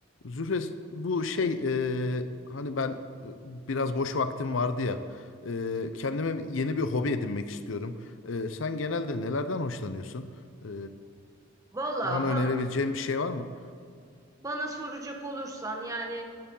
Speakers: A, on the left; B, on the right.
A: Zühres bu şey e, hani ben e, biraz boş vaktim vardı ya e, kendime yeni bir hobi edinmek istiyorum. E, sen genelde nelerden hoşlanıyorsun? E,
B: Valla
A: bana önerebileceğin
B: ban-
A: bir şey var mı?
B: bana soracak olursan yani